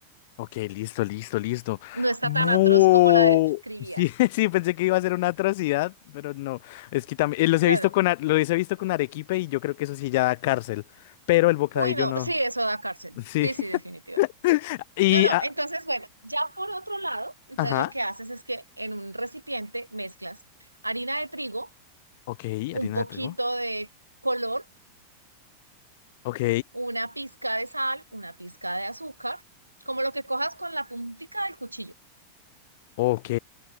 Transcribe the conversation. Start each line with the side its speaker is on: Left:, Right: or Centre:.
Left: Ok, listo, listo, listo.
Right: No está
Left: Bu-
Right: tan atroz como la describías.
Left: Sí, <laughs> sí, pensé que iba a ser una atrocidad, pero no. Es que también eh, los he
Right: No,
Left: visto
Right: no.
Left: con, a- los he visto con arequipe y yo creo que eso sí ya da cárcel, pero el bocadillo
Right: Uy, no.
Left: no.
Right: Sí, eso da cárcel.
Left: Sí.
Right: Sí, sí, definitivamente.
Left: <laughs> Y,
Right: No, no,
Left: ah,
Right: entonces, bueno, ya por otro lado, entonces
Left: ajá.
Right: lo que haces es que en un recipiente mezclas harina de trigo,
Left: Ok,
Right: un
Left: harina
Right: poquito
Left: de trigo.
Right: de color,
Left: Ok,
Right: una pizca de sal, una pizca de azúcar, como lo que cojas con la puntica del cuchillo,
Left: ok,